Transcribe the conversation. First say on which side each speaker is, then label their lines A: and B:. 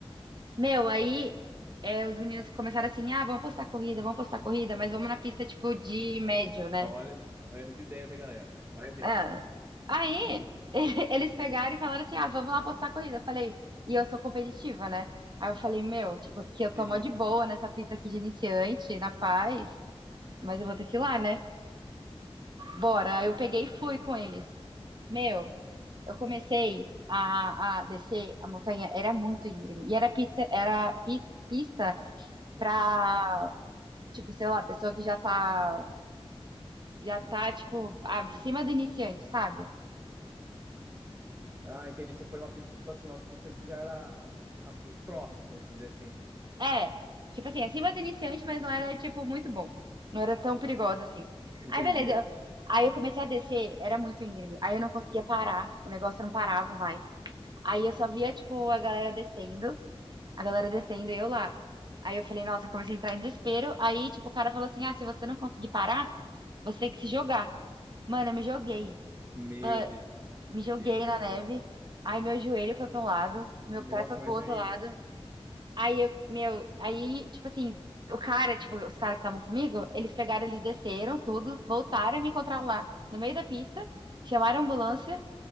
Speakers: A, on the right (about 45°); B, on the right (about 25°).
A: Meu, aí é, os meninos começaram assim: ah, vamos postar corrida, vamos postar corrida, mas vamos na pista, tipo, de médio, né?
B: Olha, as- olha as ideias da galera. Vai vendo.
A: Ah, aí
B: <laughs>
A: <laughs> eles pegaram e falaram assim: ah, vamos lá postar a corrida. Eu falei, e eu sou competitiva, né? Aí eu falei, meu, tipo, que eu tô
B: Sim.
A: mó de boa nessa pista aqui de iniciante, na paz, mas eu vou ter que ir lá, né? Bora. Aí eu peguei e fui com eles. Meu, eu comecei a, a descer a montanha, era muito íngreme. E era pizza, era pi- pista pra, tipo, sei lá, pessoa que já tá, já tá, tipo, acima do iniciante, sabe?
B: Ah, entendi. Você foi numa pista, tipo assim, uma pista que já era a pro, pro, vamos dizer assim.
A: É, tipo assim, acima do iniciante, mas não era, tipo, muito bom. Não era tão perigosa assim.
B: Entendi.
A: Aí, beleza. eu- Aí eu comecei a descer, era muito íngreme. Aí eu não conseguia parar, o negócio não parava mais. Aí eu só via, tipo, a galera descendo, a galera descendo e eu lá. Aí eu falei, nossa, eu comecei a entrar em desespero. Aí, tipo, o cara falou assim: ah, se você não conseguir parar, você tem que se jogar. Mano, eu me joguei.
B: Meu
A: Ma- Me
B: Deus
A: joguei na
B: do céu.
A: neve. Aí meu joelho foi pra um lado, meu
B: Nossa,
A: pé foi pro
B: mas
A: outro
B: e aí?
A: lado. Aí eu, meu, aí, tipo assim, o cara, tipo, os caras que estavam comigo, eles pegaram, eles desceram tudo, voltaram e me encontraram lá no meio da pista, chamaram a ambulância,